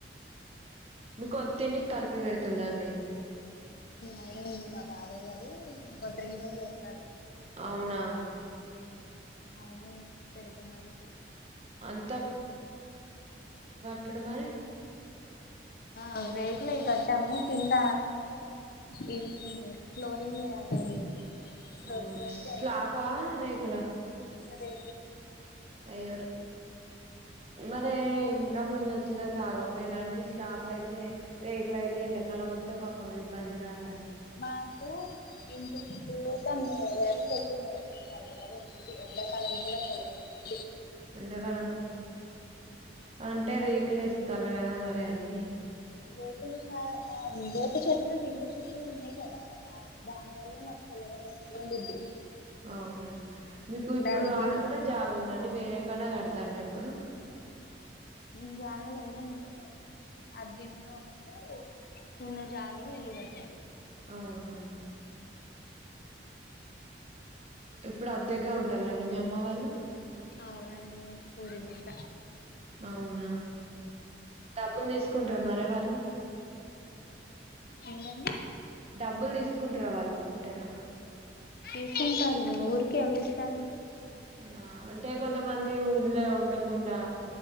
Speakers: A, on the right; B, on the left.
A: మీ కొత్త త కలుపులు పెడుతుల అండి
B: అయినంది మా బాబాయ్ గారు ఒొట్ర ఇ పని చేస్తారు
A: అవునా
B: ఆయనే పెడుతున్నారు ఇప్పుడు
A: అంతా పట్టడ మర
B: ఆ వేకలే కట్టా ను కింద ఇల్ ఫ్లోరింగ్ వేయాలండి ఫ్లోరింగ్
A: అవునా
B: వేస్తే
A: స్లాబ రేకుడా
B: అదే
A: అయోరి మరి ఇంద్రామిల్చ్చదాక ఆగా ఇలాండి స్లాప్ అయితే రేకులు అయితే ఎండాకాలం మస్తే పకం ఇబ్బంది కదా
B: మాకు ఇంటికికుతన్న చెట్లు ఉన్నాయంండి చల్లగా ఉంంది ఎండాకాలం కూడా చల్లగా ఉంది
A: ఎంండగాలంగా అంటే రేకులు ఇస్తారు కదా మరి అని
B: రేపులు కా రేప చెట్లు రిం చుట్టూ ఉన్నాయి కదా దా దాని వల్లే మకు కల ఎది
A: అవునా మీకు ఇప్పుడు
B: అనిపీదు
A: ఆడ కూడా జాగుందండి వేరేక్కడా కడుత తల్ల ఇప్పుడు
B: ఇ జాగ లేదండి అర్దింట్లో ఉంటూ సున్న జాాలలో ఇల్లు కట్టారు
A: అవునా ఎప్పుడు అద్దెగా ఉంటాలండి మీ అమ్మవారిని
B: అవునండి పూరి వరుస
A: అవునా డబ్బులు తీసుకుంటార మరే వాళ్ళు
B: ఏంటండి
A: డబ్బులు తీసుకుంటారు వాళ్ళు అంటేనా
B: చేసుకుంటారు ఊరికి ఎవరి ఇస్తారండి
A: ఆ అంటే కొంతమంది ఊళ్ళ ఉండకుండా